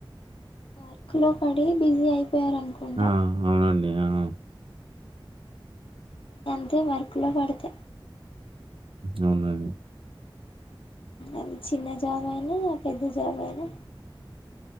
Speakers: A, on the left; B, on the right.
A: వర్క్ లో పడి బిజీ అయిపో పేరనుకుంట
B: ఆ! అవునండి. ఆ
A: అంతే మరకులా పాడుతె
B: అవునండి
A: అది చిన్న జాబ్ అయినా పెద్ద జాబ్ అయినా.